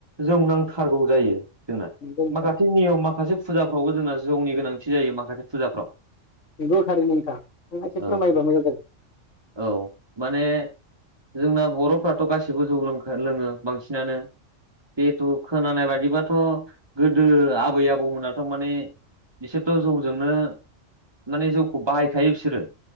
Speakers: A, on the right; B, on the left.
A: जौ नांथारगौ जायो। जोंना
B: नंगौ नोंथां
A: माखासे नियम माखासे फुजाफ्रावबो जोंना जौनि गोनांथि जायो माखासे फुजाफ्राव
B: नंगौ थारैनो नोंथां नों एसे
A: औ
B: फोरमायोबा मोजां <unintelligible>
A: औ माने जोंना बर'फ्राथ' गासिबो जौ लों लोङो बांसिनानो जिहेथु खोनानाय बायदिबा थ' गोदो आबै आबौमोना थ' माने बिसोरथ' जौजोंनो माने जौखौ बाहायखायो बिसोरो